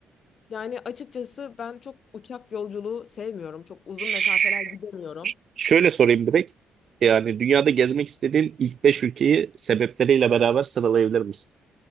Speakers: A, on the left; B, on the right.
A: Yani açıkçası ben çok uçak yolculuğu sevmiyorum. Çok uzun
B: Ş-
A: mesafeler gidemiyorum.
B: Şöyle sorayım direkt. Yani dünyada gezmek istediğin ilk 5 ülkeyi sebepleriyle beraber sıralayabilir misin?